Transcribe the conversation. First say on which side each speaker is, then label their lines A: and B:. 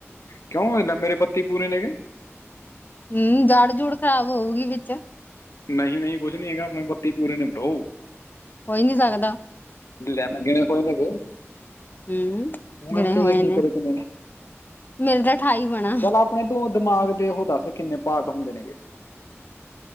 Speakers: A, on the left; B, on the left.
A: ਕਿਉਂ ਹੋ ਲੈ ਮੇਰੇ ਬੱਤੀ ਪੂਰੇ ਨੇ ਗੇ।
B: ਹੂੰ, ਜੜ ਜੂੜ ਖ਼ਰਾਬ ਹੋਊਗੀ ਵਿੱਚ।
A: ਨਹੀਂ -ਨਹੀਂ ਕੁਛ ਨੀ ਹੈਗਾ, ਆਪਣੇ ਬੱਤੀ ਪੂਰੇ ਨੇ ਬਰੋ।
B: ਹੋ ਹੀ ਨੀ ਸਕਦਾ।
A: ਲੈ ਮੈਂ ਗਿਣੇ ਕੋਈ ਨੀ ਗੇ।
B: ਹੂੰ
A: ਤੂੰ
B: ਗਿਣੇ
A: ਗਿਣ ਕੇ
B: ਹੋਏ
A: ਵੇਖ ਵੀ ਤੇਰੇ ਕਿੰਨੇ ਨੇ?
B: ਮੇਰੇ ਤਾਂ ਠਾਈ ਬਣਾ।
A: ਚਲ ਆਪਣੇ ਤੂੰ ਦਿਮਾਗ ਦੇ ਉਹ ਦੱਸ ਕਿੰਨੇ ਪਾਰਟ ਹੁੰਦੇ ਨੇਗੇ?